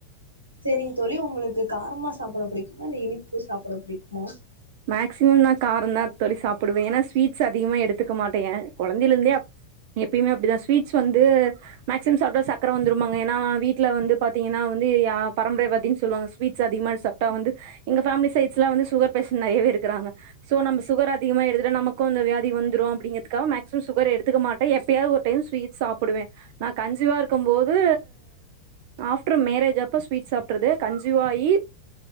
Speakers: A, on the right; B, on the right.
A: சேரிங் தோழி ஒங்களுக்கு காரமா சாப்ட புடிக்குமா இல்ல இனிப் ப்பு சாப்புட புடிக்குமா
B: மேக்சிமம் நா காரந்தா தோழி சாப்புடுவே ஏனா ஸ்வீட்ஸ் அதிகமா எடுத்துக்க மாட்டே ஏ கொழந்தேல இருந்தே எப்பயுமே அப்டிதா ஸ்வீட்ஸ் வந்து மேக்சிமம் சாப்டா சக்கர வந்துரும்பாங்க ஏனா வீட்ல வந்து பாத்தீங்கனா வந்து யா பரம்ரைவாதின் சொல்வாங்க ஸ்வீட்ஸ் அதிகமா சாப்ட்டா வந்து எங்க ஃபேமிலி சைட்ஸ்லா வந்து சுகர் பேஷன் நெறையவே இருக்குறாங்க சோ நம்ம சுகர் அதிகமா எடுதுடா நமக் க்கு அந்த வியாதி வந்துரு அப்படிங்கிறதுக்காக மேக்சிமம் சுகர் எடுத்துக்க மாட்டே எப்பயாவது ஒரு டைம் ஸ்வீட் சாப்டுவே நா கன்சிவா இருக்கம்போது ஆஃப்ரு மேரேஜ் அப்ப ஸ்வீட் சாப்ட்றது கன்சீவாயி